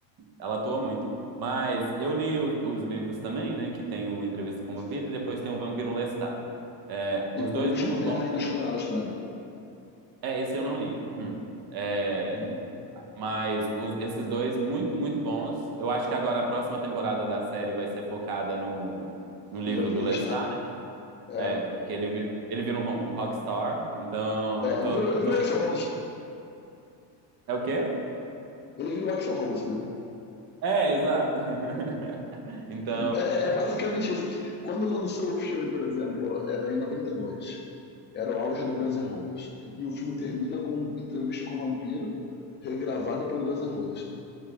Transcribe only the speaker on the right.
Ela atua muito. Mas eu li os, os livros também, né? Que tem o Entrevista com
o Vampiro e depois tem o Vampiro Lestat. É, os
dois
muito
bons.
É, esse eu não li. Hum. É,
mas os- esses dois muito, muito bons. Eu acho que agora a próxima temporada da série vai ser focada no, no livro
do
Lestat,
né? Que ele, vi- ele vira um, ro- um rockstar. Então,
eu tô,
tô...
É o quê?
É, exato. <laughs> Então.